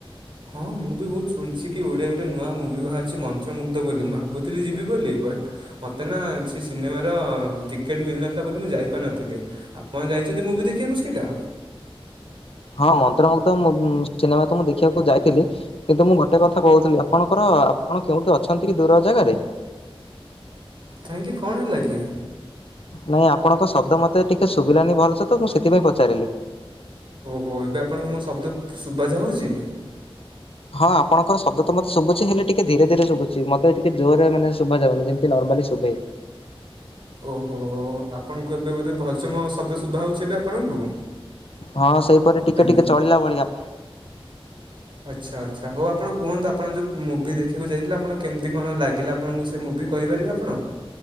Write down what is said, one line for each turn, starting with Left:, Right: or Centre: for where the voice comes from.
Right: ହଁ ମୁଁ ବି ବହୁତ ଶୁଣିଛି କି ଓଡ଼ିଆ ଗୋଟେ ନୂଆ ମୁଭି ବାହାରିଛି ମନ୍ତ୍ରମୁଗ୍ଧ ବୋଲି ମୁଁ ଭାବୁ ଥିଲି ଜିବି ବୋଲି ବଟ୍ ମତେ ନା ସେ ସିନେମାର ଟିକେଟ୍ ମିଳିନଥିଲା ବୋଲି ମୁଁ ଯାଇପାରୁନଥିଲି। ଆପଣ ଯାଇଛନ୍ତି ମୁଭି ଦେଖିବାକୁ ସେଇଟା।
Left: ହଁ ମନ୍ତ୍ରମଗ୍ଧ ମୁ ସିନେମା ତ ମୁଁ ଦେଖିବାକୁ ଯାଇଥିଲି। କିନ୍ତୁ ମୁଁ ଗୋଟେ କଥା କହୁଥିଲି ଆପଣଙ୍କର ଆପଣ କେଉଁଠି ଅଛନ୍ତି କି ଦୂର ଜାଗାରେ।
Right: କାହିଁକି କଣ ହେଲା କି।
Left: ନାଇଁ ଆପଣଙ୍କ ଶବ୍ଦ ମତେ ଟିକେ ଶୁଭିଲାନି ଭଲ ସେ ତ ମୁଁ ସେଥିପାଇଁ ପଚାରିଲି।
Right: ଓହୋ ଏବେ ଆପଣଙ୍କୁ ମୋ ଶବ୍ଦ ସୁଭା ଜାଉଛି।
Left: ହଁ ଆପଣଙ୍କ ଶବ୍ଦ ତ ମତେ ଶୁଭୁଛି ହେଲେ ଟିକେ ଧୀରେ ଧୀରେ ଶୁଭୁଛି ମତେ ଟିକେ ଜୋରେ ମୋତେ ଶୁଭାଯାଉନି ଯେମିତି କି ନାର୍ମାଲି ଶୁଭେ।
Right: ଓହୋ ଆପଣଙ୍କୁ ଏବେ ବୋଧେ ଭଲସେ ମ ଶବ୍ଦ ଶୁଭାହଉଛି ଏବେ ଆପଣଙ୍କୁ।
Left: ହଁ ସେଇପରି ଟିକେ
Right: ହ୍ୟାଲୋ।
Left: ଟିକେ ଚଳିଲା ଭଳିଆ।
Right: ଆଚ୍ଛା ଆଚ୍ଛା ହଉ ଆପଣ କୁହନ୍ତୁ ଆପଣ ଯୋଉ ମୁଭି ଦେଖିବାକୁ ଯାଇଥିଲେ ଆପଣ କେମିତି କଣ ଲାଗିଲା ଆପଣଙ୍କୁ ସେ ସେ ମୁଭି କହିପାରିବେ ଆପଣ।